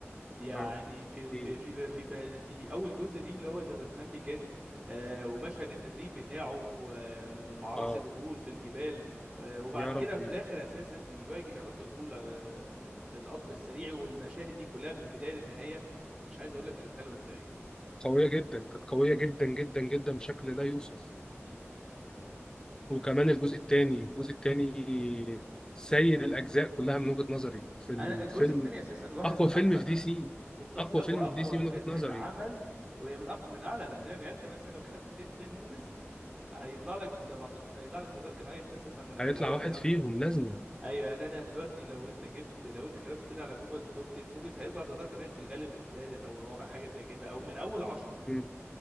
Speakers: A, on the right; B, on the left.
A: يعني
B: اه
A: في
B: ايه
A: ب- في ب- في ب- في اول جزء دي اللي هو ذا باتمان بيجن آه ومشهد التدريب بتاعه آه مع راس
B: اه
A: الغول في الجبال آه وبعد
B: يا
A: كده
B: ربي
A: في الاخر اساسا بيواجه راس الغول آه في القطر السريع والمشاهد دي كلها من البدايه للنهايه مش عايز اقول لك كانت حلوه ازاي
B: قوية جدا كانت قوية جدا جدا جدا بشكل لا يوصف
A: مم.
B: وكمان الجزء الثاني الجزء الثاني سيد الأجزاء كلها من وجهة نظري في الفيلم
A: انا الجزء الثاني اساسا واحد
B: أقوى
A: من
B: فيلم
A: احسن
B: في دي سي
A: بالظبط
B: أقوى
A: لا واقوى
B: فيلم في دي سي من
A: فيلم
B: وجهة نظري
A: اتعمل وهي من أق... من اعلى الافلام يعني انت مثلا لو كتبت 10 10 موفيز هيطلع لك زي بعتقد هيطلع لك ذا دارك نايت اساسا من أول-
B: هيطلع واحد
A: من أول
B: فيهم لازما
A: ايوه يعني انا دلوقتي لو انت جبت لو انت كتبت كده على جوجل توب 10 موفيز هيطلع ذا دارك نايت في الغالب التالت او الرابع حاجه زي كده او من اول عشرة
B: مم.